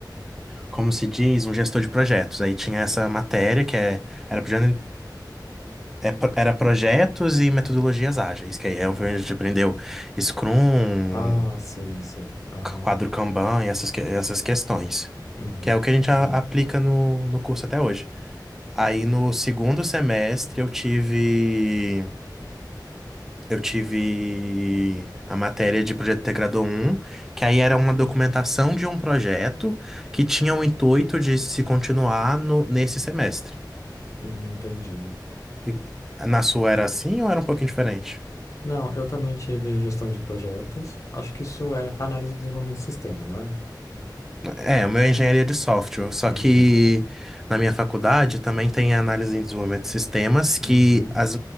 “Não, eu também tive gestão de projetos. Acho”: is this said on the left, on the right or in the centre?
Left